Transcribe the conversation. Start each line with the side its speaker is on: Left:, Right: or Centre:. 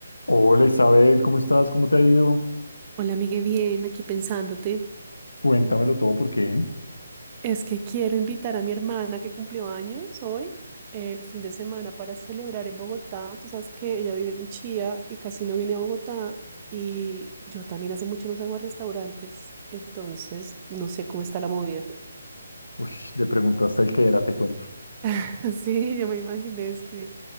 Left: Hola Isabel, ¿cómo estás? ¿Cómo te ha ido?
Right: Hola, amigue, bien, aquí pensándote.
Left: Cuéntamelo todo porque
Right: Es que quiero invitar a mi hermana que cumplió años hoy, el fin de semana, para celebrar en Bogotá. Tú sabes que ella vive en Chía y casi no viene a Bogotá. Y yo también hace mucho no salgo a restaurantes, entonces no sé cómo está la movida.
Left: ush, le preguntaste el que era, te cuento.
Right: <laughs> Sí, yo me imaginé. sí.